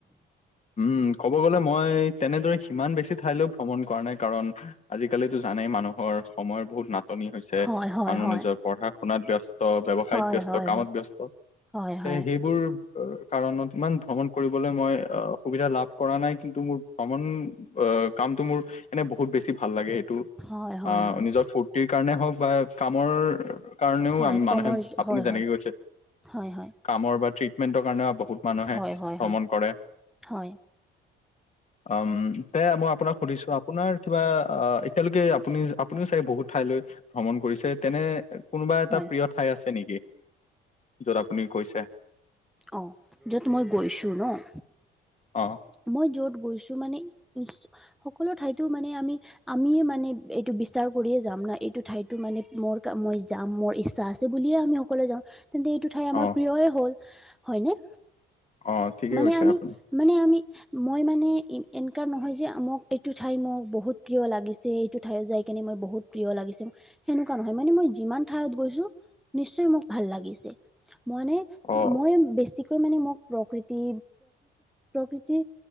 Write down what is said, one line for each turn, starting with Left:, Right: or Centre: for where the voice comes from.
Left: উম, ক'ব গলে মই তেনেদৰে সিমান বেছি ঠাইলৈও ভ্ৰমণ কৰা নাই কাৰণ আজি কালিটো জানেই মানুহৰ সময় বহুত নাটনি হৈছে
Centre: হয় হয়
Left: মানুহ
Centre: হয়
Left: নিজৰ পঢ়া শুনাত ব্যস্ত, ব্যৱসায়ত
Centre: হয়
Left: ব্যস্ত,
Centre: হয়
Left: কামত
Centre: হয়
Left: ব্যস্ত।
Centre: হয় হয়
Left: এ সেইবোৰ কাৰণত ইমান ভ্ৰমণ কৰিবলৈ মই অ' সুবিধা লাভ কৰা নাই, কিন্তু মোৰ ভ্ৰমণ কামটো মোৰ এনে বহুত বেছি ভাল লাগে এইটো,
Centre: হয় হয়
Left: আহ
Centre: হয়
Left: নিজৰ ফু ফূৰ্তি কাৰণে হওক বা কামৰ কাৰণেও
Centre: হয়
Left: মানুহে
Centre: কমৰ
Left: আপুনি
Centre: হয় হয়
Left: যেনেকে গৈছে
Centre: হয় হয়
Left: কামৰ বা ট্ৰিটমেন্টৰ কাৰণে বহুত মানুহে
Centre: হয়
Left: ভ্ৰমণ
Centre: হয় হয়
Left: কৰে।
Centre: হয়।
Left: অ', তেনে মই আপোনাক সুধিছো আপোনাৰ কিবা, আহ এতিয়ালৈকে আপুনি আপুনিও চাগে বহুত ঠাইলৈ ভ্ৰমণ কৰিছে, তেনে কোনোবা এটা
Centre: হয়
Left: প্ৰিয় ঠাই আছে নেকি? য'ত আপুনি গৈছে?
Centre: অঁ, য'ত মই গৈছোঁ ন'
Left: অ'।
Centre: মই য'ত গৈছোঁ মানে সকলো ঠাইতো মানে আমি আমিয়ে মানে এইটো বিছাৰ কৰিয়ে যাম ন' এইটো ঠাইতো মানে মোৰ মই যাম মোৰ ইচ্ছা আছে বুলিয়ে আমি সকলোৱে যাওঁ, তেন্তে এইটো ঠাই আমাৰ
Left: অ
Centre: প্ৰিয়য়ে হ'ল হয়নে?
Left: অ ঠিকে
Centre: মানে
Left: কৈছে
Centre: আমি,
Left: আপুনি
Centre: মানে আমি মই মানে এনেকোৱা নহয়, যে মোক এইটো ঠাই মোক বহুত প্ৰিয় লাগিছে, এইটো ঠাইত যাই কিনে মই বহুত প্ৰিয় লাগিছে, তেনেকুৱা নহয় মানে মই যিমান ঠাইত গৈছো নিশ্চয় মোক ভাল লাগিছে। মানে
Left: অ
Centre: মই, বেছিকৈ মানে মোক প্ৰকৃ প্ৰকৃতি, প্ৰকৃতি